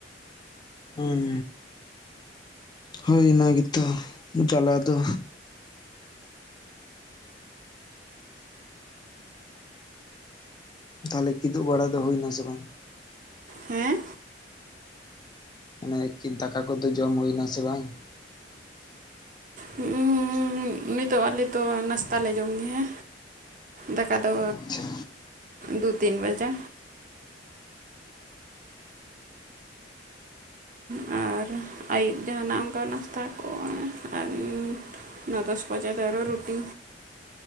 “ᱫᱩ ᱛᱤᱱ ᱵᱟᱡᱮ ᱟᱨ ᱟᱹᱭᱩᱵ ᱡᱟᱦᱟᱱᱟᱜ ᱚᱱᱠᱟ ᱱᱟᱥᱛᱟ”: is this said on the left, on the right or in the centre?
Right